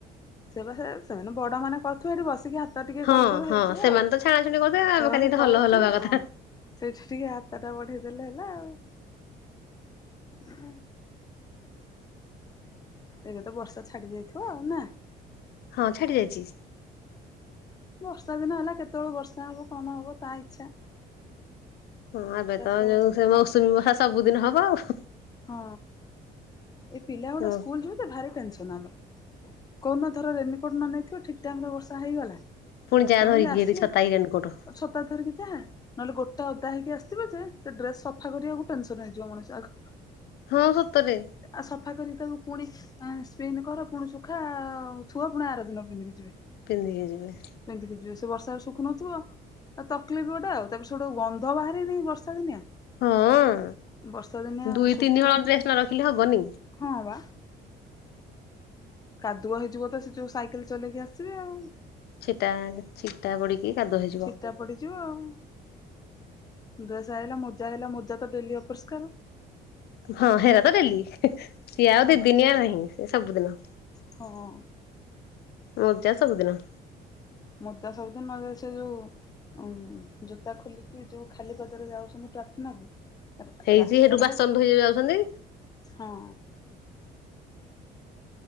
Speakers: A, on the left; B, on the left.
A: ସେ ବା ସେ ସେମାନେ ବଡ଼ ମାନେ କରିଥିବେ ଏଠି ବସିକି ହା, ତ ଟିକେ
B: ହଁ
A: କରୁ-କରୁ
B: ହଁ
A: ହେଇଯିବ
B: ସେମାନେ
A: ଆଉ
B: ତ ଛାଣାଛୁଣି କରୁଥିବେ ଆମେ
A: ସେମାନେ
B: ଖାଲି ଏଠି
A: କରୁଥିବେ
B: ହଲ ହଲ ହବା କଥା।
A: ହଁ, ସେଇଠି ଟିକେ ହାତ ଟା ବଢେଇଦଲେ ହେଲା ଆଉ ହଁ, ଏବେ ତ ବର୍ଷା ଛାଡି ଯାଇଥିବ ଆଉ ନା?
B: ହଁ ଛାଡ଼ି ଯାଇଛି,
A: ବର୍ଷା ଦିନ ହେଲା କେତେବେଳୁ ବର୍ଷା ହବ କଣ ହବ ତା ଇଚ୍ଛା,
B: ହଁ ଏବେ
A: ଚାଷବାସ
B: ତ ଯୋଉ ସେ
A: ହବ
B: ମୌସୁମୀ ବଷା ସବୁଦିନ ହବ ଆଉ।
A: ହଁ, ଏ ପିଲା ଗୁଡ଼ା
B: ହଁ।
A: ସ୍କୁଲ୍ ଯିବେ ଯେ ଭାରି ଟେନସନ୍ ଆମର। କଉନ୍ନ ଧର ରେନିକୋର୍ଟ ନ ନେଇଥିବ ଠିକ୍ ଟାଇମରେ ବର୍ଷା ହେଇଗଲା।
B: ଫୁଣି ଯା
A: କେମିତି
B: ଧରିକି
A: ଆସିବେ
B: ଏଠି ଛତା କି ରେନିକୋର୍ଟ।
A: ଛତା ଧରିକି ଯାଆ। ନହଲେ ଗୋଟା ଓଦା ହେଇକି ଆସିଥିବ ଯେ ସେ ଡ୍ରେସ୍ ସଫା କରିବାକୁ ଟେନସନ୍ ହେଇଯିବ ମଣିଷ ଆଗ।
B: ହଁ ସତରେ।
A: ଆ ସଫା କରିକି ତାକୁ ପୁଣି ଆଁ ସ୍ପିନ୍ କର ପୁଣି ସୁଖା, ଛୁଆ ପୁଣି ଆରଦିନ ପିନ୍ଧିକି ଯିବେ।
B: ପିନ୍ଧିକି ଯିବେ।
A: ପିନ୍ଧିକି ଯିବେ, ସେ ବର୍ଷାରେ ଶୁଖୁନଥୁବ। ଆଉ ତକ୍ଲିପ୍ ଗୋଟେ ଆଉ, ତାପରେ ସେଠୁ ଗନ୍ଧ ବାହାରେ ନେହିଁ ବର୍ଷା ଦିନିଆ।
B: ହଁ
A: ବର୍ଷା ଦିନିଆ
B: ଦୁଇ
A: ଶୁଖିବନି,
B: ତିନି ହଳ ଡ୍ରେସ ନ ରଖିଲେ ହବନି।
A: ହଁ ବା। କାଦୁଅ ହେଇଯିବ ତ ସେ ଯୋଉ ସାଇକେଲ ଚଲେଇକି ଆସିବେ ଆଉ।
B: ଛିଟା, ଛିଟା ପଡିକି କାଦୁଅ ହେଇ
A: ଛିିଟା ପଡିଯିବ ଆଉ। ଡ୍ରେସ୍ ଆଇଲା ମୋଜା ଆଇଲା, ମୋଜା ତ ଡେଲି ଅପରିସ୍କାର।
B: ହଁ ହେରା ତ ଡେଲି, ସିଏ ଆଉ
A: ହଁ
B: ଦି
A: ବା
B: ଦିନିଆ ନାହିଁ ସେ ସବୁଦିନ।
A: ହଁ
B: ମୋଜା ସବୁଦିନ।
A: ମୁଁ ତା ସବୁଦିନ ନୂଆ ଡ୍ରେସ୍ ଯୋଉ ଉଁ, ଜୋତା ଖୋଲିକି ଯୋଉ ଖାଲି ପାଦରେ ଯାଉଛନ୍ତି ପ୍ରାଥନାକୁ। <unintelligible>
B: ହେଇଛି
A: ରାସ୍ତାଟା,
B: ସେଠୁ ବାସନ ଧୋଇ ଯାଉଛନ୍ତି।
A: ହଁ।